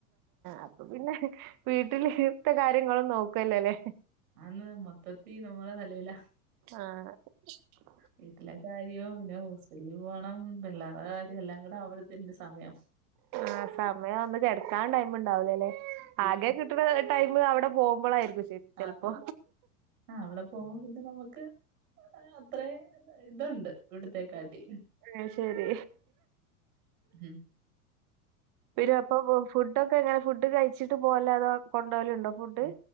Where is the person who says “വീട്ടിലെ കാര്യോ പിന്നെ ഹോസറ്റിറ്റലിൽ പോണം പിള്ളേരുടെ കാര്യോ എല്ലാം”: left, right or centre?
Right